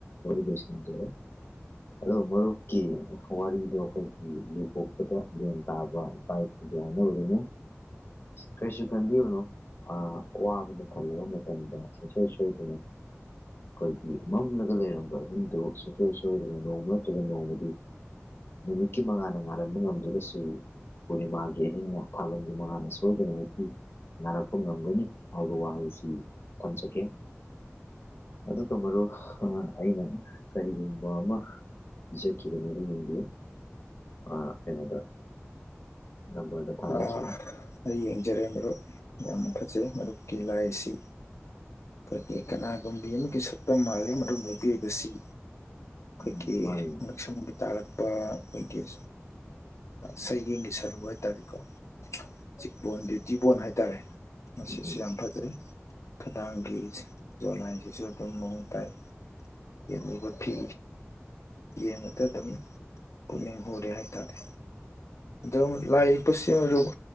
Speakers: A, on the left (about 55°); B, on the left (about 75°).
A: ꯗꯁꯟꯖ ꯑꯗꯨꯒ ꯃꯔꯨꯞꯀꯤ ꯋꯥꯔꯤꯗꯣ ꯑꯩꯈꯣꯏꯒꯤ ꯂꯨ ꯀꯣꯛꯄꯗ ꯂꯦꯟ ꯇꯥꯕ ꯏꯄꯥꯨ ꯌꯥꯅ ꯑꯣꯏꯗꯨꯅꯦ ꯀꯩꯁꯨ ꯈꯟꯕꯤꯌꯅꯣ ꯑ ꯋꯥꯕꯅ ꯈꯜꯂꯕ ꯃꯇꯝꯗ ꯁꯣꯏ ꯁꯣꯏꯗꯅ ꯑꯩꯈꯣꯏꯒꯤ ꯃꯝꯂꯒ ꯂꯩꯔꯝꯕ ꯌꯨꯝꯗꯨ ꯁꯨꯡꯁꯣꯏ ꯁꯣꯏꯗꯅ ꯅꯣꯡꯃ ꯅꯠꯇ꯭ꯔꯒ ꯅꯣꯡꯃꯗꯤ ꯅꯨꯃꯤꯠꯀꯤ ꯃꯉꯥꯅ ꯉꯥꯍꯟꯕ ꯉꯝꯗ꯭ꯔꯤꯒ ꯁ꯭ꯔꯤ ꯄꯨꯔꯅꯤꯃꯥꯒꯤ ꯑꯍꯤꯡ ꯅꯣꯡꯊꯥꯕꯜꯒꯤ ꯃꯉꯥꯅ ꯁꯣꯏꯗꯅ ꯅꯨꯄꯤ ꯅꯥꯔꯛꯄ ꯉꯝꯒꯅꯤ ꯍꯥꯏꯕ ꯋꯥꯍꯩꯁꯤ ꯊꯝꯖꯒꯦ ꯑꯗꯨꯒ ꯃꯔꯨ ꯑꯩꯅ ꯀꯔꯤꯒꯨꯝꯕ ꯑꯃ ꯖ ꯀ ꯌꯦꯗꯤ ꯑ ꯀꯩꯅꯗ ꯂꯕꯔꯗ ꯊꯖꯦ
B: ꯑꯥ,
A: ꯁꯤ
B: ꯑꯩ ꯌꯦꯡꯖꯔꯦ ꯃꯔꯨꯞ ꯌꯥꯝꯅ ꯐꯖꯩ ꯃꯔꯨꯞꯀꯤ ꯂꯥꯏ ꯑꯁꯤ ꯐ ꯀꯅꯥꯒꯨꯝꯕꯤ ꯑꯃꯒꯤ ꯁꯛꯇꯝ ꯃꯥꯜꯂꯤꯦ ꯃꯔꯝ ꯅꯨꯄꯤꯕꯁꯤ ꯑꯩꯈꯣꯏꯒꯤ
A: ꯎꯝ ꯃꯥꯅꯤ
B: ꯉꯛꯁꯪꯒꯤ ꯇꯥꯔꯛꯄ ꯑꯩꯈꯣꯏꯒꯤ ꯁꯩꯔꯦꯡꯒꯤ ꯁꯔꯨꯛ ꯍꯥꯏꯇꯥꯔꯦꯀꯣ ꯆꯤꯛꯕꯣꯟ ꯕꯦꯇꯤꯕꯣꯟ ꯍꯥꯏꯇꯥꯔꯦ ꯃꯁꯤꯁꯨ
A: ꯎꯝ
B: ꯌꯥꯝ ꯐꯖꯩ ꯈꯗꯥꯡꯒꯤ ꯖꯣꯠꯂꯥꯏꯁꯤꯁꯨ ꯑꯗꯨꯝ ꯃꯑꯣꯡ ꯇꯥꯏ ꯌꯦꯡꯉꯕ ꯐꯤ ꯌꯦꯡꯉꯒ ꯑꯗꯨꯝ ꯄꯨꯛꯅꯤꯡ ꯍꯨꯔꯦ ꯍꯥꯏꯇꯥꯔꯦ ꯑꯣ ꯂꯥꯏ ꯌꯦꯛꯄꯁꯤꯡ